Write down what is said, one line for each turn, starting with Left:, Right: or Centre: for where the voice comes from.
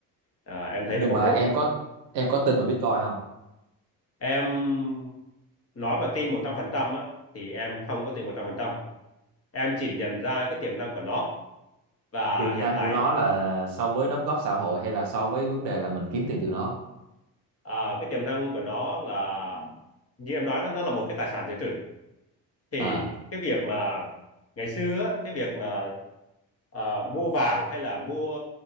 Left: à, em
Right: nhưng
Left: thấy nó cũng
Right: mà
Left: đúng
Right: em có em có tin vào Bitcoin không
Left: em nói mà tin 100% á thì em không có tin 100%, em chỉ nhận ra cái tiềm năng của nó và
Right: tiềm
Left: hiện
Right: năng
Left: tại
Right: của nó là so với đóng góp xã hội hay là so với vấn đề là mình kiếm tiền từ nó
Left: à, cái tiềm năng của nó là như em nói đó nó là một cái tài sản dự trữ thì
Right: à
Left: cái việc mà ngày xưa á, cái việc mà à, mua vàng hay là mua